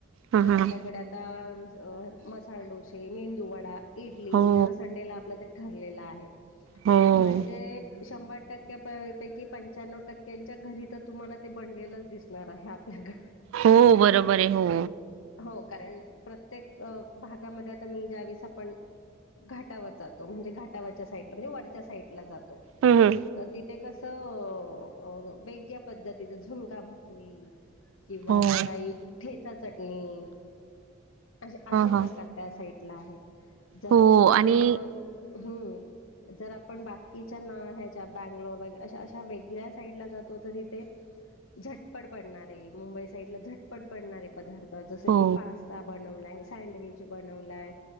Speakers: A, on the right; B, on the left.
A: हां
B: तर
A: हां
B: आपल्याकडे आत ता अ मसाले डोसे, मेंदू वडा, इडली
A: हो.
B: दर संडेला आपल्या ते ठरलेला आहे.
A: हो.
B: म्हणजे शंभर टक्क्या प पैकी पंच्याण्णव टक्क्यांच्या घरी त तुम्हाला ते बनलेलंच दिसणार आहे. आपल्या घ
A: हो बरोबर ये हो.
B: हो कारणं, प्रत्येक भागामध्ये आता मी ज्या वेळीस आपण घाटावर जातो, म्हणजे घाटावरच्या साईटला म्हणजे वरच्या साईटला जातो.
A: हूं हूं
B: म तिथे कसं, वेगळ्या पद्धतीच झुणका भाकरी किंवा,
A: हो ह
B: सकाळी ठेचा चटणी असे, असे
A: ह
B: प्रकार त्या साईटला आहेत. जरा
A: हो
B: पण
A: आणि
B: हम्म जर आपण बाकीच्या ना ह्याच्या बँगलोर व अशा, अशा वेगळ्या साईटला जातो त तिथे झटपट बनणारे, मुंबई साईटला झटपट बनणारे पदार्थ, जसं
A: हो.
B: की पास्ता बनवलाय, सँडविच बनवलाय.